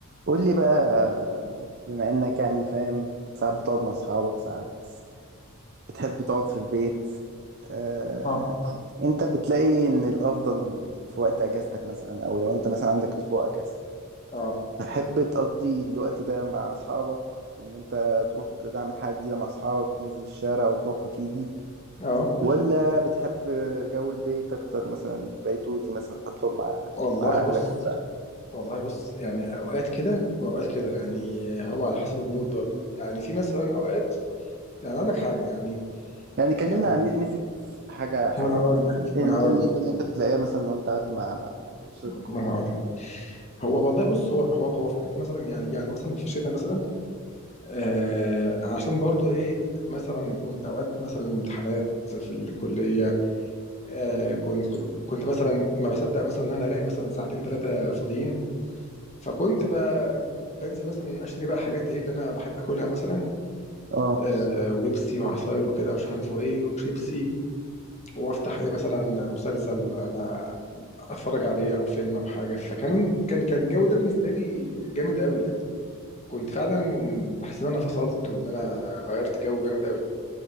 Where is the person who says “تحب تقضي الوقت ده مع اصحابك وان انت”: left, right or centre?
Right